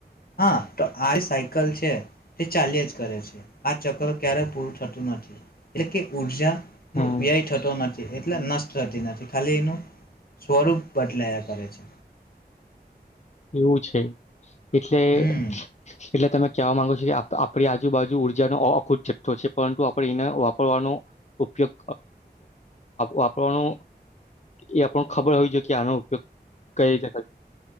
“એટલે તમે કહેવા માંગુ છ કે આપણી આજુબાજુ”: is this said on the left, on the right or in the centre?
Left